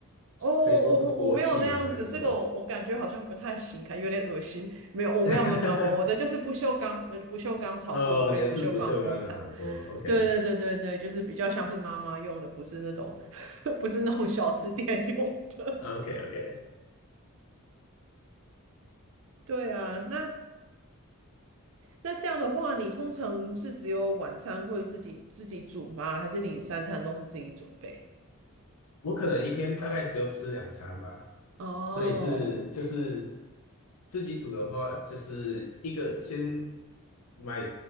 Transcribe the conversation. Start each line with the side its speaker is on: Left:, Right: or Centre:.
Right: 哦，我我我没有那样子，
Left: 可以说是锅气吗？还是什么？
Right: 这个我我感觉好像不太行，看有点恶心。没有，我没有没有没有没有，
Left: <laughs>
Right: 我的就是不锈钢，呃，不锈钢炒锅跟不锈钢锅铲。
Left: 哦，你的是不锈钢的炒锅，OK
Right: 对对对对对，就是比较像是妈妈用的，不是那种 <laughs> 不是那种小吃店用的。
Left: OK OK。
Right: 对啊，那那这样的话，你通常是只有晚餐会自己自己煮吗？还是你三餐都是自己准备？
Left: 我可能一天大概只有吃两餐吧，
Right: 哦，
Left: 所以是就是自己煮的话，就是一个先买